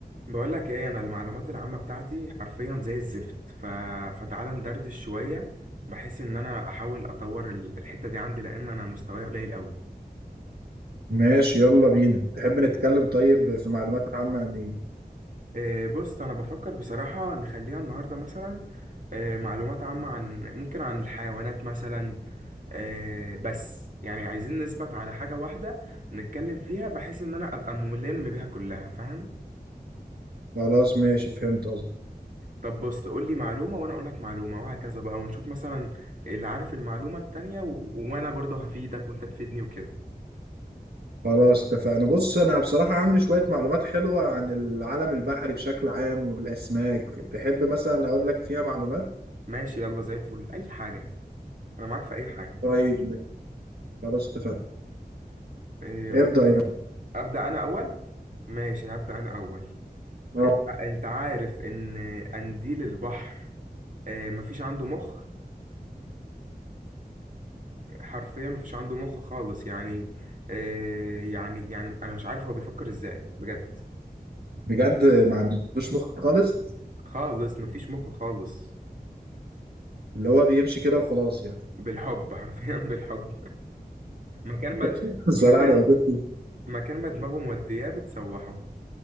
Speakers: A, on the right (about 55°); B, on the right (about 75°).
A: بقول لك ايه انا المعلومات العامة بتاعتي حرفيا زي الزفت ف... فتعالى ندردش شوية بحيث ان انا احاول اطور ال- الحتة دي عندي لان انا مستواي قليل قوي
B: ماشي يلا بينا تحب نتكلم طيب في معلومات عامة عن ايه
A: إيه بص انا بفكر بصراحة نخليها النهاردة مثلا إيه معلومات عامة عن ممكن عن الحيوانات مثلا إيه بس يعني عايزين نثبت على حاجة واحدة نتكلم فيها بحيث ان انا ابقى ملم بيها كلها فاهم
B: خلاص ماشي فهمت قصدي
A: طب بص قول لي معلومة وانا اقول لك معلومة وهكذا بقى ونشوف مثلا اللي عارف المعلومة التانية و... وانا برضه هفيدك وانت تفيدني وكده
B: خلاص اتفقنا بص انا بصراحة عندي شوية معلومات حلوة عن العالم البحري بشكل عام والاسماك تحب مثلا اقول لك فيها معلومات
A: ماشي يلا زي الفل اي حاجة انا معاك في اي حاجة
B: طيب ماشي. خلاص اتفقنا
A: إيه
B: ابدأ
A: قول لي
B: يلا
A: ابدأ انا اول ماشي هبدأ انا اول
B: آه،
A: انت انت عارف ان قنديل البحر آه، مفيش عنده مخ حرفيا مفيش عنده مخ خالص يعني آه، يعني يعني انا مش عارف هو بيفكر ازاي بجد
B: بجد ما عندوش مخ خالص
A: خالص مفيش مخ خالص
B: اللي هو بيمشي كده وخلاص يعني
A: بالحب حرفيا بالحب مكان ما
B: <laughs> الصراحة
A: مكان
B: انا وجدت
A: مكان ما دماغه مودياه بتسوحه